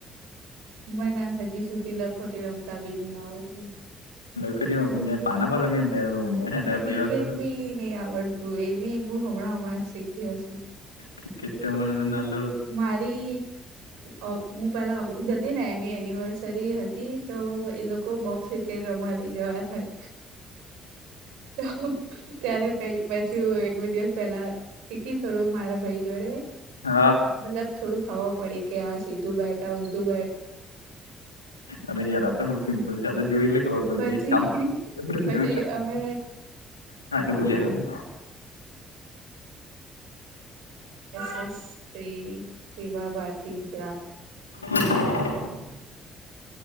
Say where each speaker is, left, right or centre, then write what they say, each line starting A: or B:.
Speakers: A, on the right; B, on the left.
A: મને હજી સુધી લખોટી રમતા બી નહી આવડતી.
B: સિટી માં અહીંયા પાના પર રમીએ ને ત્યારે બહુ મજા આવે. ત્યારે
A: ક્રિકેટ
B: કોઈ વાર બંધ
A: બી નહી આવડતું એ બી મુ હમણાં હમણાં શીખીયો છું.
B: ક્રિકેટ તે મા ને લાલ.
A: મારી હું પેલા ઓફિસ હતી ને એની એનિવર્સરી હતી. તે તો એ લોકો બોક્સ કિકેટ રમા લઈ જવા થાય. <unintelligible> ત્યારે પાઈ. પછી હું એક બે દિવસ પેલા શીખી થોડુંક મારા ભાઈ જોડે.
B: હા.
A: મતલબ થોડું ખબર પડે કે આ સીધું બેઠ આ ઊંધું બેઠ
B: અરે યાર આ તો બહુ સિમ્પલ છે આ તો જોઈ લે. ખબર
A: પછી
B: પડી
A: પછી
B: જાય
A: અમે
B: હા એટલે ભૂલ્યા કર <inaudible>
A: હ એ સ્ત્રી સેવા ભારતી ગુજરાત.
B: <inaudible>